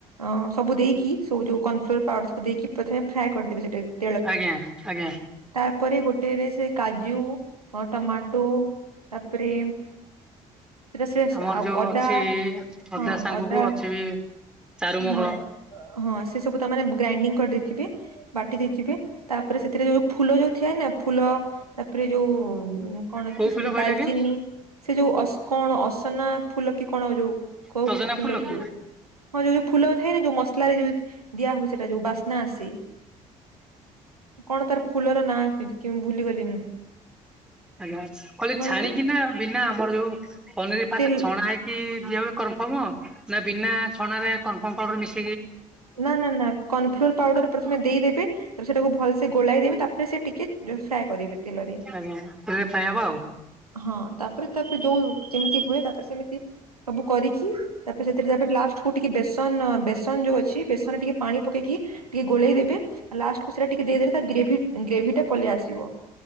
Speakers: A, on the right; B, in the centre.
A: ଅଁ ସବୁ ଦେଇକି ସବୁ ଯୋଉ କର୍ନଫ୍ଲୋର ପାଉଡର ସବୁ ଦେଇକି ପ୍ରଥମେ ଫ୍ରାଏ କରିଦେବେ ସେଇଟାକୁ!
B: ଆଜ୍ଞା ଆଜ୍ଞା!
A: ତାପରେ ଗୋଟେରେ ସେ କାଜୁ ହଁ ଟମାଟୁ ତାପରେ ରେ ସିଏପ
B: ଆମର
A: ସେ ଆଉ
B: ଯୋଉ
A: ଅଦା
B: ଅଛି
A: ହଁ
B: ସାଙ୍ଗକୁ
A: ଅଦା
B: ଅଛି ବି ଚାରୁମଗ
A: ହଁଏ! ଅ ହଁ ସେ ସବୁ ତାମାନେ ଗ୍ରାଇଡ୍ରିଙ୍ଗୀ କରିଦେଇଥିବେ! ବାଟି ଦେଇଥିବେ ତାପରେ ସେଥିରେ ଯେଉ ଫୁଲ ଯୋଉ ଥିଆନା ଫୁଲ ତାପରେ ଯୋଉ କଣ
B: କୋଉ
A: କି
B: ଫୁଲ
A: ସେ ଯୋଉ
B: କହିଲେ
A: ଡାଲଚିନି
B: ଆଜ୍ଞା?
A: ସେ ଯୋଉ ଅସ କଣ ଅସନା ଫୁଲ କି କଣ ଯୋଉ କଉ
B: ସଜନା
A: ଫୁଲ
B: ଫୁଲକୁ?
A: କି ଯୋଉ ହଁ ଯୋଉ ଯୋଉ ଫୁଲ ଥାଏନା ଯୋଉ ମସଲା ରେ ଯୋଉ ଦିଆ ହୁଏ ସେଟା ଯୋଉ ବାସ୍ନା ଆସେ! କଣ ତାର ଫୁଲର ନାଁ ଙ୍କୁ କ୍ୟୁଉଁ ଭୁଲିଗଲି ମୁଁ!
B: ଆଜ୍ଞା କହିଲେ ଛାଣିକିନା
A: କି
B: ବିନା ଆମର ଯୋଉ ପନିର ଫାଷ୍ଟ
A: ତେଲ
B: ଛଣା ହେଇ କି ଦିଆ ହୁଏ କନଫର୍ମ ନା ବିନା ଛଣାରେ କନଫର୍ମ ପାଉଡର ମିସି
A: ନା ନା ନା କର୍ଣଫ୍ଲୋର ପାଉଡର ପ୍ରଥମେ ଦେଇଦେବେ, ତା ପରେ ସେଟାକୁ ଭଲସେ ଗୋଳାଇ ଦେବେ! ତା ପରେ ସେ ଟିକେ ଜୁସ ଫ୍ରାଏ କରିବେ ତେଲରେ
B: ଆଜ୍ଞା ହେଲେ ପ୍ରାୟ ହବ ଆଉ
A: ହଁ! ତାପରେ ତାପରେ ଯୋଉ ଯେମିତି ହୁଏ, ତାପରେ ସେମିତି ସବୁ କରିକି ତାପରେ ସେଥିରେ ତାପରେ ଲାଷ୍ଟ କୁ ଟିକେ ବେସନ ବେଶ ଯୋଉ ଅଛି, ବେସନରେ ଟିକେ ପାଣି ପକେଇକି? ଟିକେ ଗୋଳେଇଦବେ ଲାଷ୍ଟକୁ ସେଟା ଟିକେ ଦେଇଦେଲେ ତା ଗେଭି ଗ୍ରେଭି ଟା ପଲେଇ ଆସିବ!